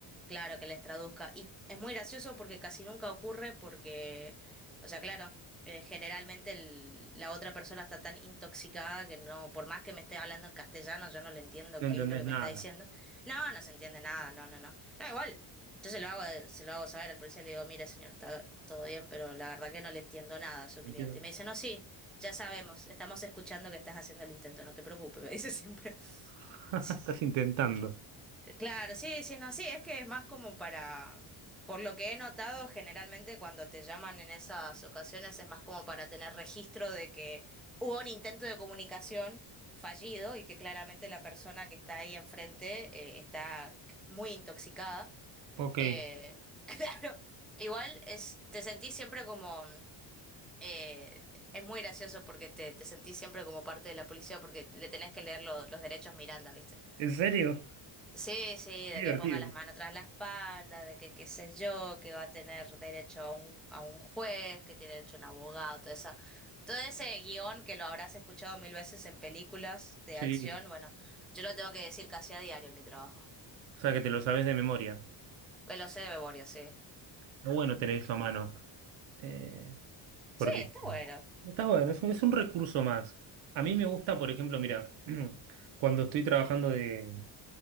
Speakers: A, in the centre; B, on the right.
A: claro, que les traduzca. Y es muy gracioso porque casi nunca ocurre porque, o sea, claro, eh, generalmente el- la otra persona está tan intoxicada que no, por más que me esté hablando en castellano, yo no le entiendo
B: No
A: qué
B: entendés
A: es lo que
B: nada.
A: me está diciendo. No, no se entiende nada, no, no, no. No, igual, yo se lo hago, se lo hago saber al policía, le digo, mire, señor, está todo bien, pero la verdad que no le entiendo nada a su
B: Entiendo.
A: cliente. Y me dice, no, sí. Ya sabemos, estamos escuchando que estás haciendo el intento, no te preocupes, me dice <laughs> siempre.
B: <laughs>
A: Sí,
B: Estás intentando.
A: eh, claro, sí, sí, no, sí, es que es más como para, por lo que he notado, generalmente cuando te llaman en esas ocasiones es más como para tener registro de que hubo un intento de comunicación fallido y que claramente la persona que está ahí enfrente eh, está muy intoxicada.
B: Ok.
A: Eh, <laughs> claro, igual es, te sentís siempre como eh, es muy gracioso porque te, te sentís siempre como parte de la policía porque le tenés que leer lo- los derechos Miranda, ¿viste?
B: ¿En serio?
A: Sí, sí, de
B: Qué Divertido.
A: que ponga las manos tras la espalda, de que qué sé yo, que va a tener derecho a un, a un juez, que tiene derecho a un abogado, todo eso. Todo ese guión que lo habrás escuchado mil veces en películas de
B: Sí.
A: acción, bueno, yo lo tengo que decir casi a diario en mi trabajo.
B: O sea que te lo sabes de memoria.
A: Me Lo sé de memoria, sí.
B: Está bueno tener eso a mano. Eh, porque
A: Sí, está bueno.
B: está bueno, es un, es un recurso más. A mí me gusta, por ejemplo, mira, <clears throat> cuando estoy trabajando de,